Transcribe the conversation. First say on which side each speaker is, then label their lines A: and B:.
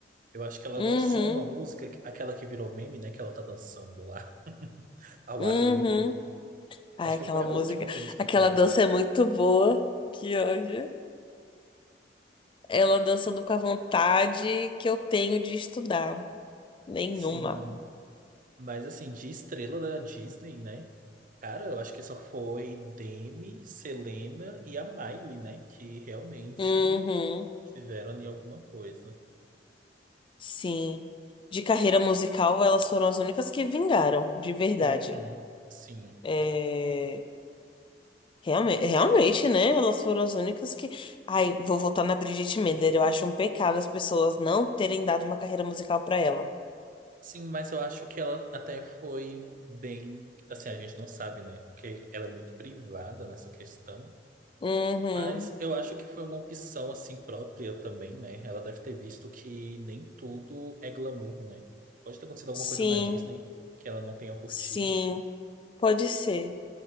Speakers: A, on the right (about 50°); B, on the left (about 30°).
A: Eu acho que ela
B: Uhum,
A: lançou uma música, aquela que virou meme, né? Que ela tá dançando lá, <laughs> ao
B: uhum.
A: ar livre.
B: Ai,
A: Acho
B: aquela
A: que foi a
B: música,
A: última que eu escutei.
B: aquela dança é muito boa. Que ódio. Ela dançando com a vontade que eu tenho de estudar. Nenhuma.
A: Sim, mas assim, de estrela da Disney, né? Cara, eu acho que só foi Demi, Selena e a Miley, né? Que realmente
B: Uhum,
A: tiveram ali alguma coisa.
B: sim. De carreira musical, elas foram as únicas que vingaram, de verdade.
A: Uhum, sim.
B: É, Realmente, realmente, né? Elas foram as únicas que. Ai, vou voltar na Bridget Mendler. Eu acho um pecado as pessoas não terem dado uma carreira musical pra ela.
A: Sim, mas eu acho que ela até foi bem. Assim, a gente não sabe, né? Porque ela é muito privada nessa questão.
B: Uhum.
A: Mas eu acho que foi uma opção, assim, própria também, né? Ela deve ter visto que nem tudo é glamour, né? Pode ter acontecido alguma
B: Sim,
A: coisa na Disney que ela não tenha curtido.
B: sim. Pode ser.